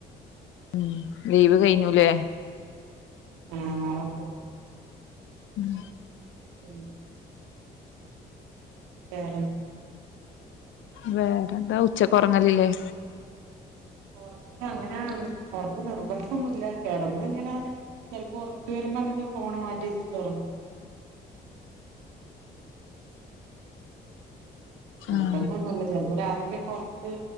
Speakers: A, on the left; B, on the right.
A: ഉം ലീവ് കഴിഞ്ഞുല്ലേ..?
B: ആഹപ്പ
A: ഉം
B: ഉം വേറെ ന്താ
A: വേറെന്താ ഉച്ചക്കുറങ്ങലില്ലേ??
B: ഒറക്ക് അങ്ങന ഉറക്ക് നിർബന്ധന്നുമില്ല കിടന്ന് ഇങ്ങനാ ചെലപ്പോ ഉറക്ക് വരുമ്പോ അങ്ങ് ഫോണ് മാറ്റി വെച്ചിട്ട് ഉറങ്ങും. നിർബന്ധം
A: ആഹ്
B: ഒന്നുമില്ല ചിലപ്പോ അ രാത്രി ഉറക്ക്